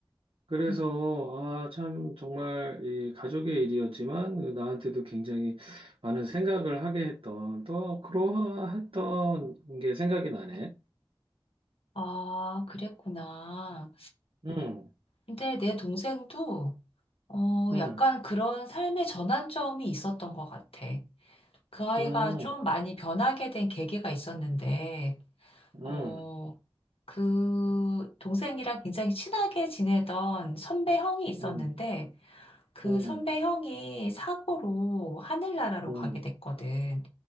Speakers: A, on the right; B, on the left.
A: 그래서
B: 음.
A: 아 참 정말 이 가족의 일이었지만 나한테도 굉장히 많은 생각을 하게 했던 또 그러했던 게 생각이 나네.
B: 아, 그랬구나.
A: 음,
B: 근데 내 동생도 어,
A: 음,
B: 약간 그런 삶의 전환점이 있었던 것 같아. 그 아이가
A: 음,
B: 좀 많이 변하게 된 계기가 있었는데,
A: 음,
B: 어, 그 동생이랑 굉장히 친하게 지내던 선배 형이 있었는데,
A: 음,
B: 그
A: 음,
B: 선배 형이 사고로 하늘나라로
A: 음,
B: 가게 됐거든.